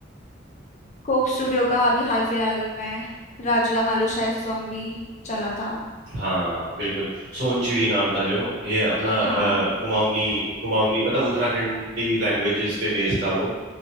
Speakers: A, on the left; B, on the right.
A: कोक स्टूडियो का अभी हाल फिलहाल में राजूला मालू शाह सॉन्ग भी चला था
B: हाँ बिल्कुल सोनचिड़ी नाम था जो ये अपना
A: हाँ
B: अ, कुमाऊनी कुमाऊनी मतलब उत्तराखंडी लैंग्वेजेस पे बेस्ड था वो